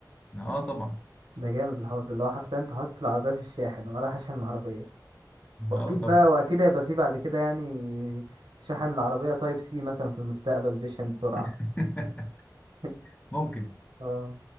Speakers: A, on the left; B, on the right.
A: اه طبعا
B: ده جامد الحوار ده اللي هو حرفيا انت حاطط العربية في الشاحن انا رايح اشحن العربية واكيد
A: اه طبعا
B: بقى واكيد هيبقى في بعد كده يعني شحن العربية تايب سي مثلا في المستقبل بيشحن بسرعة
A: <laughs>
B: <laughs>
A: ممكن
B: اه